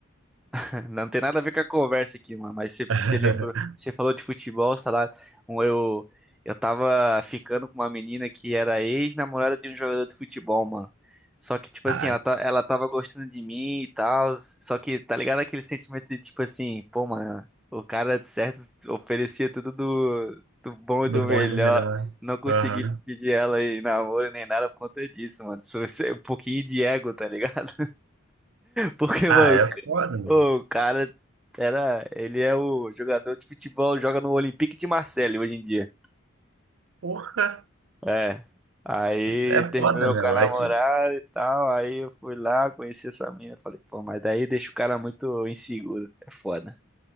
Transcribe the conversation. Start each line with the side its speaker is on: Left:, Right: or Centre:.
Centre: <laughs> Não tem nada a ver com a conversa aqui, mano. Mas você, você
Right: <laughs>
Centre: lembrou, você falou de futebol, salário. Um, Eu, eu tava ficando com uma menina que era ex-namorada de um jogador de futebol, mano. Só que, tipo
Right: Caralho,
Centre: assim, ela, tá, ela tava gostando de mim e tal. Só que, tá ligado aquele sentimento de, tipo assim, pô, mano, o cara, de certo, oferecia tudo do, do bom
Right: do
Centre: e do melhor.
Right: bom e do melhor.
Centre: Não consegui
Right: Aham.
Centre: pedir ela em namoro nem nada por conta disso, mano. Sou sou um pouquinho de ego, tá ligado? Porque,
Right: Ah,
Centre: mano,
Right: é foda, mano.
Centre: o cara era. Ele é o jogador de futebol, joga no Olympique de Marseille hoje em dia.
Right: Porra,
Centre: É. Aí
Right: é
Centre: terminou
Right: foda, meu.
Centre: com a namorada
Right: É que.
Centre: e tal. Aí eu fui lá, conheci essa mina. Falei, pô, mas daí deixa o cara muito inseguro. É foda.